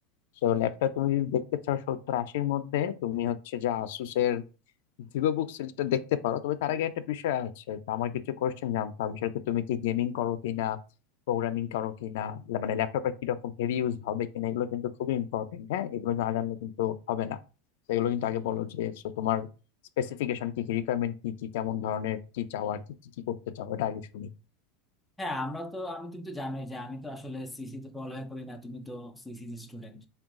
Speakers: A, on the left; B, in the centre.
A: সো ল্যাপটপ তুমি যদি দেখতে চাও সত্তর আশির মধ্যে তুমি হচ্ছে যে আসুসের ভিভো বুক সিরিজটা দেখতে পারো তবে তার আগে একটা বিষয় আছে তো আমার কিছু কোয়েশ্চেন জানতে হবে সেটা হচ্ছে তুমি কি গেমিং করো কিনা প্রোগ্রামিং করো কিনা লা- মানে ল্যাপটপটা কিরকম হেভি ইউজ হবে কিনা এগুলো কিন্তু খুবই ইম্পর্টেন্ট হ্যাঁ এগুলো না জানলে কিন্তু হবে না তো এগুলো কিন্তু আগে বলো যে so তোমার স্পেসিফিকেশন কি কি রিকোয়ারমেন্ট কি কি কেমন ধরনের কি চাও আর কি কি কি করতে চাও এটা আগে শুনি
B: হ্যাঁ আমরা তো আমি তুমি তো জানোই যে আমি তো আসলে সিসি তে পড়ালেখা করি না তুমি তো সিসি স্টুডেন্ট